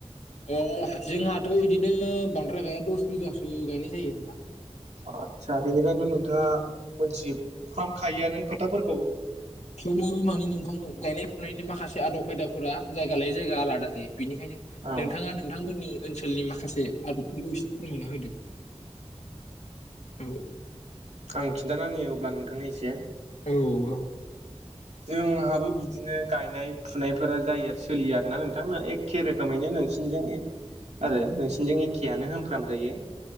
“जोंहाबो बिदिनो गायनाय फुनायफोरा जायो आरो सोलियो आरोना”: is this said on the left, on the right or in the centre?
Right